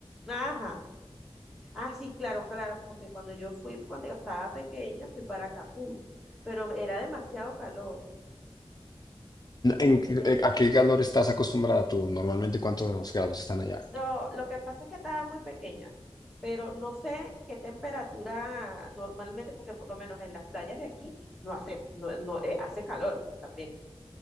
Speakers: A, in the centre; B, on the left.
A: Ajá. Ah, sí, claro, claro, porque cuando yo fui, cuando yo estaba pequeña, fui para Acapulco, pero era demasiado calor.
B: ¿En qué-
A: Es-
B: eh, a qué calor estás acostumbrada tú? Normalmente, ¿cuántos grados están allá?
A: No, lo que pasa es que estaba muy pequeña, pero no sé qué temperatura normalmente, porque por lo menos en las playas de aquí no hace, no, no, eh, hace calor, pues también.